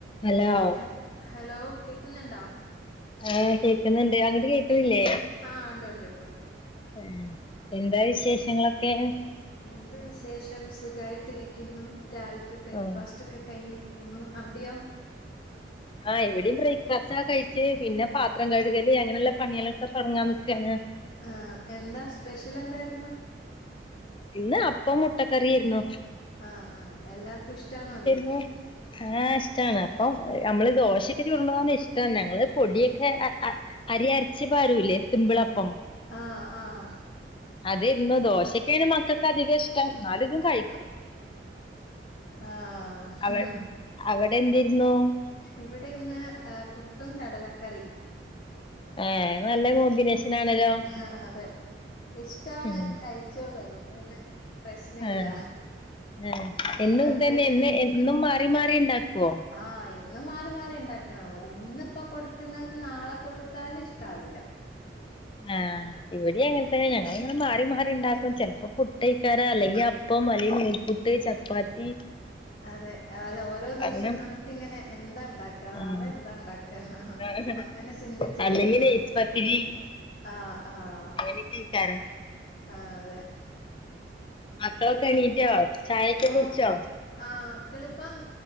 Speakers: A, on the left; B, on the left.
A: Hello
B: ഹ hello കേക്കുന്നുണ്ടോ
A: ഏഹ് കേൾക്കുന്നുണ്ട് അങ്ങട്ട് കേൾക്കണില്ലേ
B: ആഹ് ഉണ്ട് ഉണ്ട് ഇപ്പൊ ഉണ്ട്
A: ആ എന്താ വിശേഷങ്ങളൊക്കെ
B: എന്ത് വിശേഷം സുഖമായിട്ടരിക്കുന്നു രാവിലത്തെ ബ്രേക്ക്ഫാസ്റ്റ്ക്കെ
A: ആഹ്
B: ഒക്കെ കഴിഞ്ഞിരിക്കുന്നു അവിടെയോ
A: ആഹ്ഇവിടെയും ബ്രേക്ക്ഫാസ്റ്റ് കഴിച്ച് പിന്നെ പാത്രം കഴുകല് അങ്ങനെയുള്ള പണികളൊക്കെ തുടങ്ങാൻ നിക്കുകയാണ്
B: ആ എന്താ സ്പെഷ്യൽ എന്തായിരുന്നു
A: ഇന്ന് അപ്പം മുട്ടക്കറി ആയിരുന്നോ
B: ആഹ് ആ എല്ലാർക്കും ഇഷ്ടാണോ അത്
A: ഹും ആഹ ഇഷ്ടമാണ് അപ്പം നമ്മള് ദോശഒക്കെ ചുടുന്നതാണ് ഇഷ്ടം ഞങ്ങൾ പൊടിയൊക്കെ അരി അരച്ച് പാരുല്ലേ സിംമ്പിളപ്പം
B: ആഹ് ആഹ്
A: അതരുന്നു ദോശ മക്കൾക്ക് അധികം ഇഷ്ടം എന്നാലും ഇതും കഴി
B: ആഹ്
A: അവ
B: ഹ ഹ
A: അവിടെ എന്തിരുന്നു
B: ഇവിടെ ഇന്ന് പുട്ടും കടലക്കറി
A: ഏഹ് നല്ല കോമ്പിനേഷൻ ആണല്ലോ
B: ആ അതെ ഇഷ്ടാണ്
A: ഉം
B: കഴ കഴിച്ചോളും അതുകൊണ്ട് പിന്നെ പ്രശ്ന
A: ആഹ
B: ഇല്ല
A: ആ
B: എല്ലാർക്കും
A: എന്നും ഇതന്നെ എന്നും മാറി മാറി ഉണ്ടാക്കുവോ
B: ആഹ എന്നും മാറി മാറി ഉണ്ടാക്കണം ഇന്നിപ്പോ കൊടുക്കുന്നത് നാളെ കൊടുത്താല് ഇഷ്ടവില്ല
A: ആ് ഇവിടെ അങ്ങനത്തെെ ഞങ്ങൾങ്ങനെ മാറി മാറി ഉണ്ടാക്കും ചിലപ്പോ മുട്ടക്കാര അല്ല ഈ അപ്പ മല നൂൽപ്പുട്ട് ചപ്പാത്തി
B: അതെ അല്ല ഓരോ ദിവസം
A: അങ്ങനെ
B: നമുക്ക്ങ്ങനെ എന്താ ഉണ്ടാക്ക നാളെ
A: ആഹ്
B: എന്താ ഉണ്ടാക്ക
A: ആഹ്
B: അങ്ങനെ ചിന്തിച്ചിരിക്കണ
A: അല്ലെങ്കി നെയ്സ് പത്തിരി
B: ആഹ ആഹ
A: അങ്ങനെയൊക്കെയ്ക്കാരം
B: ആഹ അതെ
A: മക്കളൊക്കെ എണീറ്റോ ചായൊക്കെ
B: ഓ
A: കുടിച്ചോ
B: ആഹ് മക്കളിപ്പം